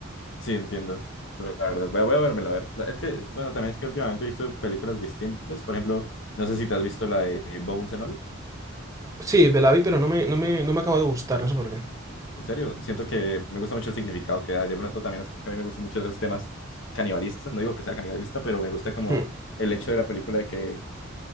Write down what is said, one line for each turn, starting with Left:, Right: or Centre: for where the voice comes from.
Left: Sí, entiendo. La verdad, voy a, voy a vérmela, a ver. Es que, bueno, también es que últimamente he visto películas distintas. Por ejemplo, no sé si te has visto la de Bones and All.
Right: Sí, me la vi, pero no me, no me, no me acaba de gustar, no sé por qué.
Left: En serio, siento que me gusta mucho el significado que da. De pronto también es que a mí me gustan mucho esos temas canibalistas. No digo que sea canibalista, pero me gusta como
Right: Hmm.
Left: el hecho de la película de que